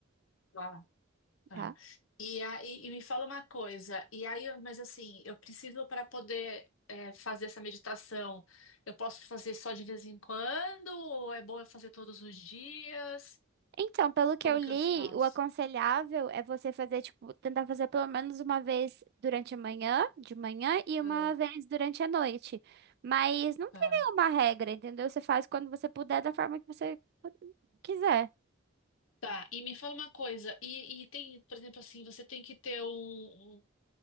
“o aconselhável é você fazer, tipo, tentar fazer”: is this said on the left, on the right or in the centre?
Right